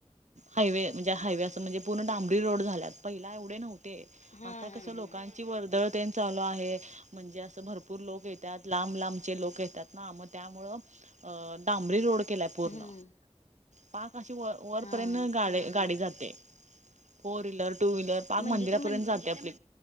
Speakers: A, on the right; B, on the left.
A: हायवे म्हणजे हायवे असं म्हणजे पूर्ण डांब लोड झाल्यात. पहिला एवढे नव्हते
B: हा
A: आता
B: हा
A: कसं लोकांची
B: हा
A: वर्दळ तेन चालू आहे. म्हणजे असं भरपूर लोक येत्यात. लांब लांबचे लोक येत्यात ना, मग त्यामुळं अ डांबरी रोड केलाय पूर्ण.
B: हम्म
A: पाक अशी वर-वरपर्यंत
B: हा हा
A: गा-गाडी जाते. फोर व्हीलर, टू व्हीलर पाक
B: म्हणजे
A: मंदिरापर्यंत
B: त्या
A: जाते आपली.